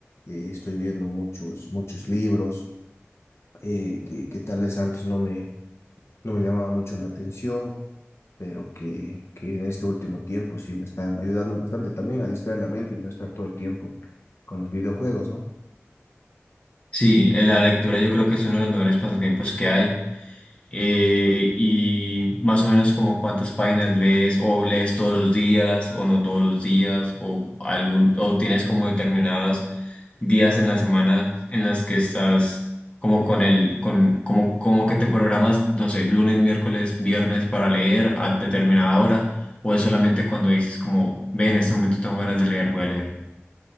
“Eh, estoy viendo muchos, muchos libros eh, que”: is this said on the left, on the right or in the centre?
Left